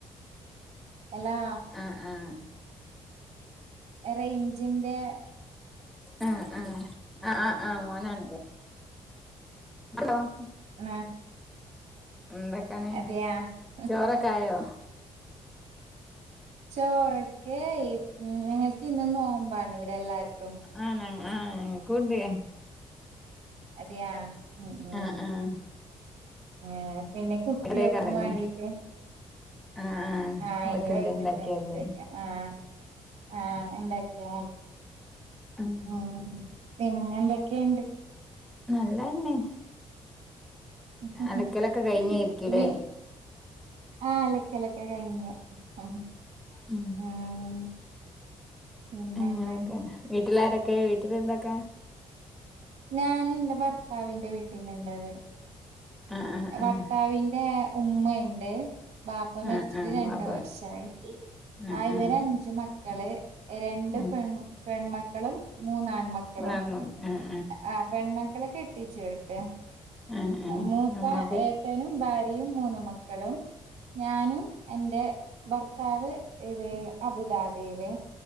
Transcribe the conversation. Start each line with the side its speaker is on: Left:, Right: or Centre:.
Right: ഹല്ലാ.
Centre: ആഹ് ആഹ്
Right: ഏറെ എൻജിന്റെ
Centre: ആഹ് ആഹ് മോനാണ് <inaudible>
Right: ആഹ്
Centre: <inaudible> എന്തൊക്കാണ്
Right: അതെയാ
Centre: ചോറക്കായോ
Right: ചോറൊക്കെ ആയി നിങ്ങൾക്ക് ഇന്ന് നോമ്പാണ് ഇവിടെ ഇവിടെ എല്ലാർക്കും
Centre: ആണോ ആ ഞങ്ങൾക്കുണ്ട്
Right: അതെയാ ഉ ഉ
Centre: ആഹ് ആഹ്
Right: ആഹ് പിന്നെ കുട്ടിയൊക്കെ
Centre: ഇവിടെ കലങ്ങി
Right: വേണ്ടീട്ട്
Centre: ആഹ്
Right: ആഹ് ഇനി
Centre: ഓര്ക്കെന്തേ
Right: വൈകുന്നേരത്തേക്ക്
Centre: ഇണ്ടാക്കിയാതി
Right: ആഹ് ആഹ് ഉണ്ടാക്കിയ മതി
Centre: ഉം
Right: ആഹ് പിന്നെ എന്തൊക്കെയുണ്ട്
Centre: നല്ലതന്നെ
Right: <inaudible>
Centre: അലക്കലൊക്കെ കഴിഞ്ഞായിരിക്കുംല്ലേ
Right: വി ആഹ് അലക്കൽ ഒക്കെ കഴിഞ്ഞു ആഹ്
Centre: ഉം
Right: ആഹ് പിന്നെ
Centre: അങ്ങനെയൊക്കെയാണ്
Right: എന്ത
Centre: വീട്ടിലാരൊക്കെ വീട്ടിൽ എന്തൊക്കാ
Right: ഞാൻ എന്റെ ഭർത്താവിന്റെ വീട്ടില ഇണ്ടവാ
Centre: ആഹ് ആഹ് ആഹ്
Right: ഭർത്താവിൻറെ ഉമ്മയുണ്ട് ബാപ്പ മരിച്ചിട്ട്
Centre: ആഹ് ആഹ്
Right: രണ്ടു
Centre: അപ്പൊ
Right: വർഷമായി
Centre: ആഹ്
Right: ആ ഇവര്
Centre: ആഹ്
Right: അഞ്ച് മക്കള് രണ്ട്
Centre: ആഹ്
Right: പെൺ പെൺമക്കളും മൂന്നാൺമക്കളും
Centre: ആഹ് ആഹ്
Right: ആഹ് പെൺമക്കളെ കെട്ടിച്ചുവിട്ടു
Centre: ആഹ് ആഹ്
Right: മൂത്ത
Centre: നമ്മക്ക്
Right: ഏട്ടനും ഭാര്യയും മൂന്ന് മക്കളും ഞാനും എന്റെ ഭർത്താവ് ഇത് അബുദാബിയില്